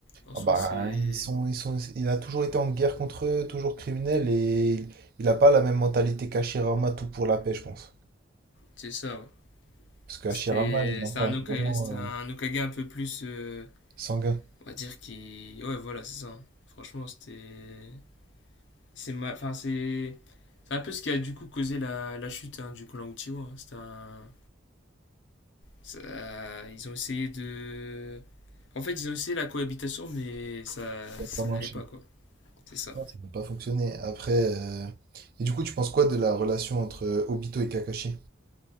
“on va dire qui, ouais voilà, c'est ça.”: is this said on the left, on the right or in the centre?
Left